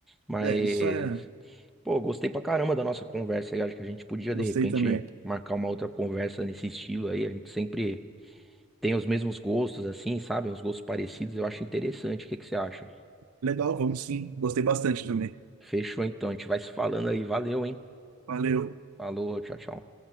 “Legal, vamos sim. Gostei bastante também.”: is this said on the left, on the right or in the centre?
Right